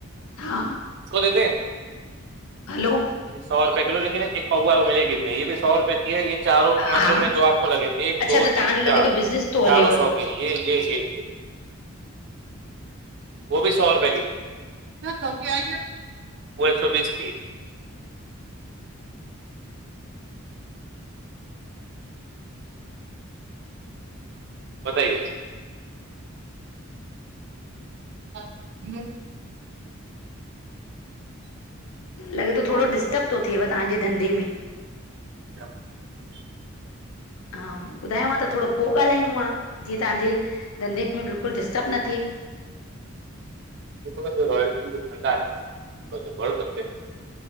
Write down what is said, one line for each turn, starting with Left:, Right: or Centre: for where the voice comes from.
Left: हा।
Right: कुझको थ ते <unintelligible>
Left: हलो
Right: सौ रुपए किलो, लेकिन हिकु पआ मिलेगी भी नहीं हीअ बि सौ रुपए इन चारो पांचो
Left: हा
Right: में जो आपको लॻे, एक
Left: अच्छा
Right: दो
Left: त
Right: तीन
Left: तव्हांजो लॻे
Right: चार,
Left: थो बिज़नेस थो हलेव
Right: चारो सौ <unintelligible> वो भी सौ रुपए की, <unintelligible> वो एक सौ बीस की बताइए ह ह <unintelligible>
Left: लॻे थो
Right: देखो,
Left: थोड़ो
Right: हम दूसरा
Left: डिस्टब थो थिएव तव्हांजे धंधे में।
Right: च <unintelligible>
Left: हा ॿुधायांव त थोड़ो पो ॻाल्हायूं हा, जीअं तव्हांजे धंधे में बिल्कुल डिस्टब न थिए
Right: त रॉयल्टीन जो खंदा आहे ब कस <unintelligible>